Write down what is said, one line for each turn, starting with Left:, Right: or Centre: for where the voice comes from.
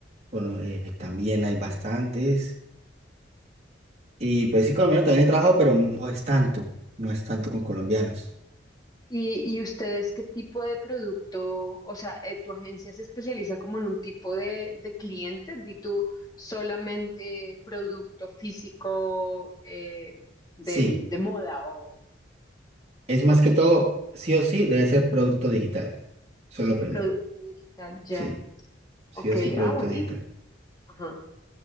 Right: bueno, eh, también hay bastantes. Y pues sí, colombiano también he trabajado, pero no es tanto, no es tanto con colombianos.
Left: ¿Y, y ustedes qué tipo de producto, o sea, eh, tu agencia se especializa como en un tipo de, de cliente? ¿Di tú solamente producto físico eh, de,
Right: Sí,
Left: de moda o
Right: es más que todo, sí o sí, debe ser producto digital. Eso es lo primero.
Left: producto digital? Ya.
Right: Sí, sí
Left: Ok,
Right: o sí, producto
Left: ah, buenísimo.
Right: digital.
Left: Ajá.